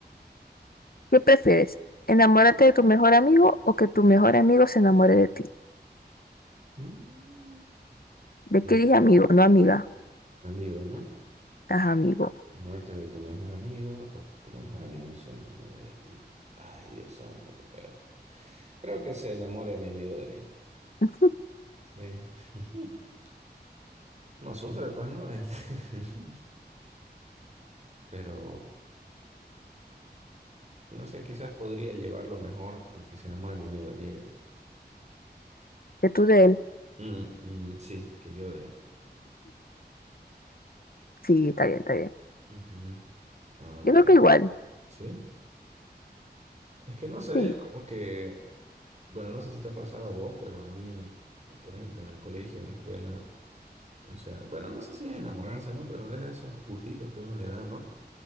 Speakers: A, on the left (about 60°); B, on the right (about 40°).
A: ¿Qué prefieres? ¿Enamorarte de tu mejor amigo o que tu mejor amigo se enamore de ti?
B: Mm,
A: ¿De
B: eh,
A: qué dije amigo? No amiga.
B: amigo, ¿no?
A: Ajá, amigo.
B: Enamorarte de tu mejor amigo o que tu mejor amigo se enamore de ti. Ay, Dios santo, qué feo. Creo que se enamore mi amigo de mí.
A: <laughs>
B: Sí. <laughs> No sufre, pues, ¿no? Este, <laughs> Pero, no sé, quizás podría llevarlo mejor el que se enamore mi amigo de mí.
A: ¿Que tú de él?
B: Mm, mm, sí, que yo de él.
A: Sí, está bien, está bien.
B: Ujú. Ahora,
A: Yo
B: a
A: creo
B: ver.
A: que igual.
B: ¿Sí? Es que no sé,
A: Sí.
B: es como que, bueno, no sé si te ha pasado a vos, pero a mí, en el, por ejemplo, en el colegio, en la escuela, o sea, bueno, no sé si es enamorarse, ¿no? Pero es esos gustitos que uno le da, ¿no?